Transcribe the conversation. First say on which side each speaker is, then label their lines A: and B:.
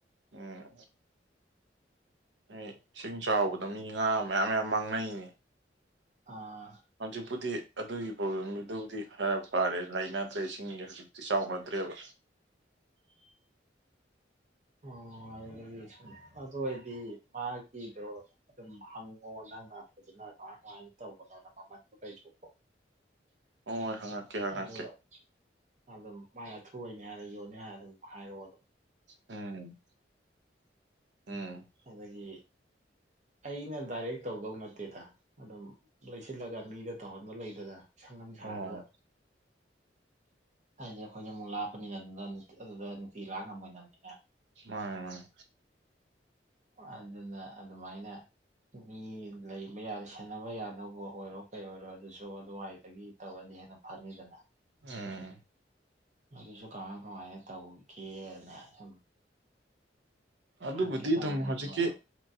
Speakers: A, on the right (about 70°); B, on the right (about 40°).
A: ꯎꯝ꯫ ꯍꯣꯏ ꯏꯁꯤꯡ ꯆꯥꯎꯕꯗ ꯃꯤ ꯉꯥ ꯃꯌꯥꯝ ꯃꯌꯥꯝ ꯃꯥꯡꯅꯩꯅꯦ꯫
B: ꯑꯥ꯫
A: ꯍꯧꯖꯤꯛꯄꯨꯗꯤ ꯑꯗꯨꯒꯤ ꯄ꯭ꯔꯣꯕ꯭ꯂꯦꯝꯗꯨꯕꯨꯗꯤ ꯈꯔꯥ ꯐꯔꯦ ꯂꯩꯅꯗꯔꯦ ꯏꯁꯤꯡꯗꯤ꯫ ꯁꯤ ꯆꯥꯎꯅꯗ꯭ꯔꯦꯕ꯫
B: ꯑꯣ꯫ ꯑꯗꯨꯗꯒꯤ ꯑꯗꯣ ꯑꯣꯏꯗꯤ ꯃꯥꯒꯤꯗꯣ꯫ ꯑꯗꯨꯝ ꯍꯪꯉꯣ ꯅꯪꯅ ꯐꯖꯅ ꯀꯃꯥꯏ ꯀꯃꯥꯏꯅ ꯇꯧꯕꯅꯣꯅ ꯃꯃꯟꯁꯨ ꯀꯩꯁꯨ꯫ <unintelligible>
A: ꯍꯣꯏ ꯍꯪꯉꯛꯀꯦ ꯍꯪꯉꯛꯀꯦ
B: ꯑꯗꯨꯒ ꯑꯗꯨꯝ꯫ ꯃꯥꯏ ꯑꯊꯨꯕꯩꯅꯤ ꯍꯥꯏꯔ ꯌꯣꯟꯅꯤ ꯍꯥꯏꯔ ꯑꯗꯨꯝ ꯍꯥꯏꯔꯛꯑꯣꯕ꯫
A: ꯎꯝ ꯎꯝ꯫
B: ꯍꯥꯏꯕꯗꯤ ꯑꯩꯅ ꯗꯥꯔꯦꯛ ꯇꯧꯗꯧ ꯅꯠꯇꯦꯗ ꯑꯗꯨꯝ꯫ ꯂꯩꯁꯤꯜꯂꯒ ꯃꯤꯗ ꯇꯧꯍꯟꯕ ꯂꯩꯗꯅ ꯁꯪ ꯑꯃ
A: ꯍꯣꯏ
B: ꯁꯥꯔꯒ꯫
A: ꯍꯣꯏ
B: ꯍꯥꯏꯗꯤ ꯑꯩꯈꯣꯏꯗꯤ ꯑꯃꯨꯛ ꯂꯥꯞꯄꯅꯤꯅ ꯑꯗꯨꯅ ꯑꯗꯨꯗ ꯅꯨꯡꯇꯤ ꯂꯥꯛ ꯉꯝꯃꯣꯏꯗꯝꯅꯤꯅ꯫
A: ꯃꯥꯅꯦ ꯃꯥꯅꯦ꯫
B: ꯑꯗꯨꯅ ꯑꯗꯨꯃꯥꯏꯅ ꯃꯤ ꯂꯩ꯫ ꯊꯕ ꯌꯥꯔꯦ ꯁꯦꯟꯅꯕ ꯌꯥꯅꯗꯧꯕ ꯑꯣꯏꯔꯣ ꯀꯩ ꯑꯣꯏꯔꯣ ꯑꯗꯨꯁꯨ ꯑꯗꯨꯋꯥꯏꯗꯒꯤ ꯇꯧꯔꯗꯤ ꯍꯦꯟꯅ ꯐꯅꯤꯗꯅ꯫
A: ꯎꯝ꯫
B: ꯑꯗꯨꯁꯨ ꯀꯃꯥꯏ ꯀꯃꯥꯏꯅ ꯇꯧꯒꯦꯅ ꯁꯨꯝ꯫
A: ꯑꯗꯨꯕꯨꯗꯤ
B: ꯍꯪꯒꯦ ꯇꯧꯕꯅꯤꯗ
A: ꯑꯗꯨꯝ ꯍꯧꯖꯤꯛꯀꯤ꯫
B: ꯅꯣꯏ